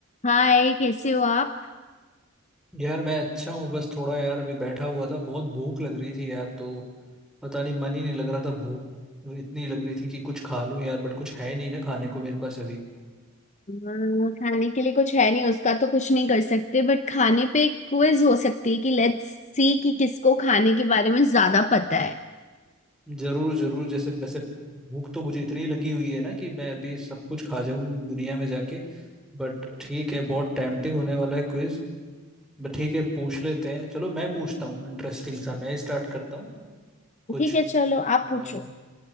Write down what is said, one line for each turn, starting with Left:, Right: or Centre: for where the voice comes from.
Left: हाय कैसे हो आप
Centre: यार मैं अच्छा हूँ बस थोड़ा यार अभी बैठा हुआ था बहुत भूख लग रही थी यार तो पता नहीं मन ही नहीं लग रहा था भूख इतनी लग रही थी कि कुछ खा लूं यार बट कुछ है नहीं ना खाने को मेरे पास अभी
Left: हाँ, खाने के लिए कुछ है नहीं उसका तो कुछ नहीं कर सकते बट खाने पे एक क्विज हो सकती है कि लेट्स सी कि किसको खाने के बारे में ज्यादा पता है
Centre: जरूर जरूर जैसे वैसे भूख तो मुझे इतनी लगी हुई है ना कि मैं अभी सब कुछ खा जाऊं दुनिया में जाके बट ठीक है बहुत टेम्पटिंग होने वाला है क्विज बट ठीक है पूछ लेते हैं चलो मैं पूछता हूँ इंटरेस्टिंग सा मैं स्टार्ट करता हूँ कुछ
Left: ठीक है चलो आप
Centre: अ,
Left: पूछो